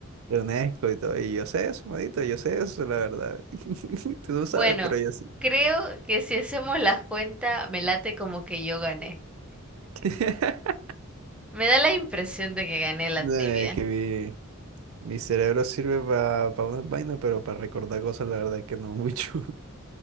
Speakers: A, on the right; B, in the centre.
A: de UNESCO y todo, y yo sé eso, manito, yo sé eso, la verdad. <laughs> Tú no sabes,
B: Bueno,
A: pero yo sí.
B: creo que si hacemos la cuenta, me late como que yo gané.
A: <laughs>
B: Me da la impresión de que gané la
A: No,
B: tibia.
A: Es que mi, mi cerebro sirve para unas vainas, pero para recordar cosas, la verdad es que no <laughs> mucho.